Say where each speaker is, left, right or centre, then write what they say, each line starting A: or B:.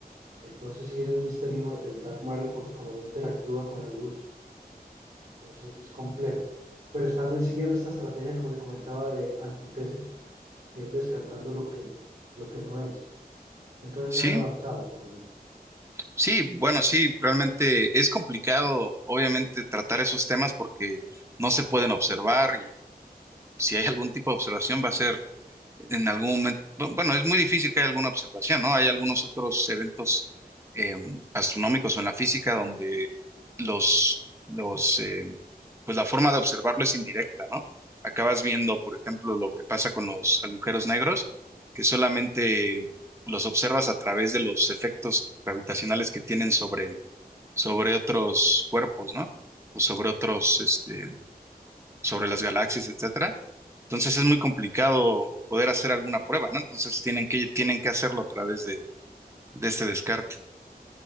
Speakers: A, on the right; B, on the right.
A: Entonces sigue siendo un misterio el dark matter porque como no interactúa con la luz, entonces es complejo. Pero están siguiendo esta estrategia, como le comentaba, de antítesis ir descartando lo que, lo que no es. Entonces
B: Sí,
A: han avanzado, por lo menos.
B: sí, bueno, sí, realmente es complicado, obviamente, tratar esos temas porque no se pueden observar y si hay algún tipo de observación va a ser en algún momento, bueno, es muy difícil que haya alguna observación, ¿no? Hay algunos otros eventos eh, astronómicos o en la física donde los, los, eh, pues la forma de observarlo es indirecta, ¿no? Acabas viendo, por ejemplo, lo que pasa con los agujeros negros, que solamente los observas a través de los efectos gravitacionales que tienen sobre, sobre otros cuerpos, ¿no? O sobre otros, este, sobre las galaxias, etcétera. Entonces es muy complicado poder hacer alguna prueba, ¿no? Entonces tienen que, tienen que hacerlo a través de, de este descarte.